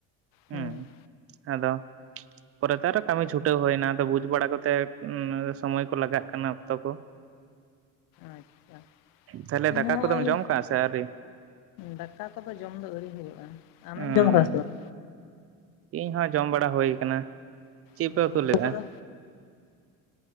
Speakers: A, on the right; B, on the left.
A: <unintelligible>
B: ᱦᱩᱸ
A: ᱟᱫᱚᱼᱼ ᱯᱚᱨᱮᱛᱮ ᱟᱨᱚ ᱠᱟᱹᱢᱤ ᱪᱷᱩᱴᱟᱹᱣ ᱦᱩᱭᱱᱟ ᱟᱫᱚ ᱵᱩᱡᱴᱽ ᱵᱟᱲᱟ ᱠᱟᱛᱮ ᱥᱚᱢᱚᱭ ᱠᱚ ᱞᱟᱜᱟᱜ ᱠᱟᱱᱟ ᱚᱠᱛᱚ ᱠᱚ᱾
B: ᱟᱪᱪᱷᱟ
A: ᱛᱟᱦᱞᱮ ᱫᱟᱠᱟ
B: ᱤᱧ ᱦᱚᱸ ᱱᱚᱜᱼᱚᱭ
A: ᱠᱚᱫᱚᱢ ᱡᱚᱢ ᱠᱟᱜᱼᱟ ᱥᱮ ᱟᱹᱣᱨᱤ?
B: ᱫᱟᱠᱟ ᱠᱚᱫᱚ ᱡᱚᱢ ᱫᱚ ᱟᱹᱣᱨᱤ ᱦᱩᱭᱩᱜ-ᱟ ᱟᱢᱮᱢ
A: ᱚᱸ
B: ᱡᱚᱢ ᱠᱟᱜ - ᱟ ᱥᱮ ᱵᱟᱝ?
A: ᱤᱧ ᱦᱚᱸ ᱡᱚᱢ ᱵᱟᱲᱟ ᱦᱩᱭ ᱠᱟᱱᱟ ᱪᱮᱜ
B: ᱵᱟᱝ
A: ᱯᱮ ᱩᱛᱩ
B: ᱛᱩᱯᱩ
A: ᱞᱮᱜᱼᱟ?
B: ᱠᱚᱫᱚ